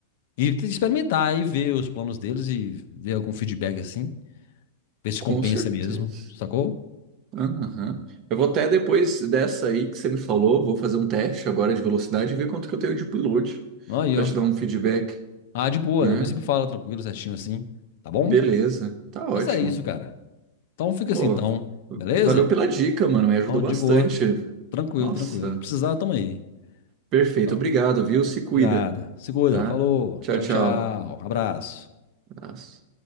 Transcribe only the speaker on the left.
E experimentar e ver os planos deles e ver algum feedback assim. Ver se
compensa
mesmo, sacou?
Aí,
ó.
Ah, de boa,
depois sempre me fala tranquilo, certinho assim, tá bom?
Mas é isso, cara. Então fica
assim, então, beleza?
Então,
de boa. Tranquilo,
tranquilo. Precisar, tamo aí.
Então,
de nada. Se cuida,
falou.
Tchau,
tchau. Abraço.